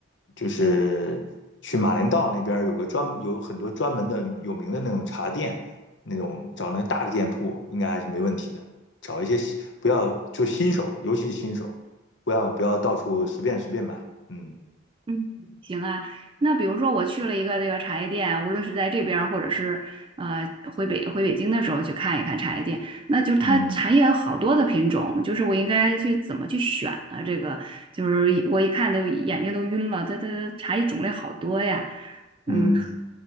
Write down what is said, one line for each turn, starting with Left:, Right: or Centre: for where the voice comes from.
Left: 就是去马连道那边有个专有很多专门的有名的那种茶店，那种找那大的店铺应该还是没问题的。找一些不要就新手，尤其是新手，不要不要到处随便随便买。嗯
Right: 嗯，行啊。那比如说我去了一个这个茶叶店，无论是在这边儿或者是呃回北回北京的时候去看一看茶叶店，那就是它茶叶有好多的品种，
Left: 嗯
Right: 就是我应该去怎么去选啊？这个就是一我一看都眼睛都晕了，它它茶叶种类好多呀。嗯。
Left: 嗯。